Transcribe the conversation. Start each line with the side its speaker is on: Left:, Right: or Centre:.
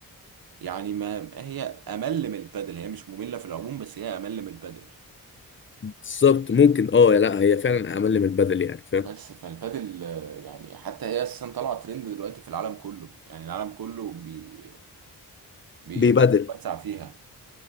Right: يعني ما هي امل من البادل هي مش مملة في العموم بس هي امل من البادل
Left: بالظبط ممكن اه لا هي فعلا اقل من البدل يعني فاهم
Right: بس فالبادل آه، يعني حتى هي اساسا طالعة ترند دلوقتي في العالم كله يعني العالم كله بي بي
Left: بيبدل
Right: بيتوسع فيها